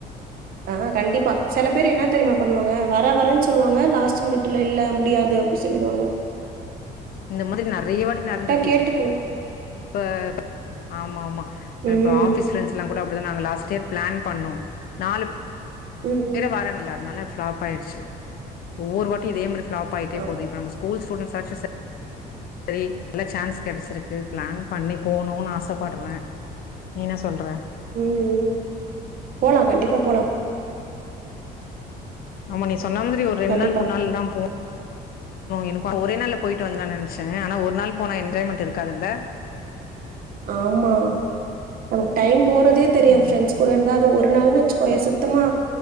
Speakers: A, on the right; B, on the left.
A: ஹா கண்டிப்பா சில பேரு என்ன தெரியுமா பண்ணுவாங்க வர வரேன்னு சொல்லுவாங்க லாஸ்ட் மினிட்ல இல்ல முடியாது அப்டி சொல்லுவாங்க
B: இந்த மாதிரி நறைய வாட்டி நடந்திருக்கு
A: கேட்டுக்கணு.
B: இப்ப ஆமா-ஆமா
A: ம்.
B: இப்ப ஆபிஸ் பிரண்ட்ஸ் எல்லா கூட இங்க நாங்க லாஸ்ட் இயர் பிளான் பண்ணோம் நாலு
A: ம் ம்.
B: வேல வாரங்கள அதுனால ஃப்ளாப் ஆயிடுச்சு ஒவ்வொரு வாட்டியும் இதேம ஃப்ளாப் ஆயிட்டே
A: ஆமா.
B: போது இப்ப நம ஸ்கூல் ஸ்சுடன்ஸ் ஏதாச்சு சரி நல்ல சான்ஸ் கிடச்சிருக்கு பிளான் பண்ணி போணும்னு ஆசைப்படுறேன் நீ என்ன சொல்ற
A: உம் உம் போலா கண்டிப்பா போலாம்
B: உள்ளங்கே சொன்ன மாதிரி ஒரு ரெண்டு
A: கண்டிப்பா.
B: நாள் மூணு நாள் தா போகு எனக்கும் ஒரே நாள்ல போயிட்டு வந்தலான் நெனைச்சேன் ஆனா ஒரு நாள் போனா என்ஜாய்மெண்டட் இருக்காதுல்ல
A: ஆமா நமக்கு டைம் போறதே தெரியாது
B: ம்
A: ஃப்ரெண்ட்ஸ் கூட இருந்தா அது ஒரு நாள் நாச்சும் கொய சுத்தமா